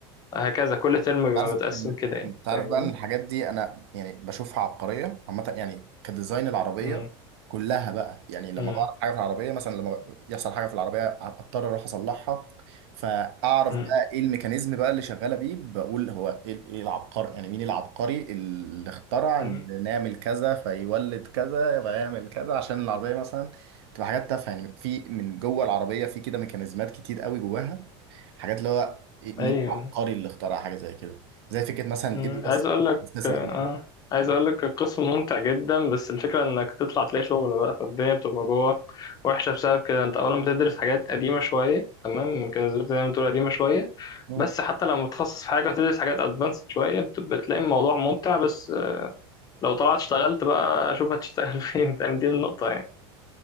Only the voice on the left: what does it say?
هكذا كل ترم بيبقى
متقسم
كده يعني
فاهمني
مم.
مم.
مم.
مم.
ايوه
مم.
عايز
اقول لك
آه.
عايز اقول لك القسم ممتع جدا بس الفكره انك تطلع تلاقي شغل بقى فالدنيا بتبقى جوه وحشه بسبب كده انت اولا بتدرس حاجات قديمه شويه تمام ممكن زي ما تقول قديمه شويه
بس حتى لما بتخصص في حاجه وتدرس حاجات ادفانسد شويه بت- بتلاقي الموضوع ممتع بس لو طلعت اشتغلت بقى اشوف هتشتغل <laughs> فين فاهم دي النقطه يعني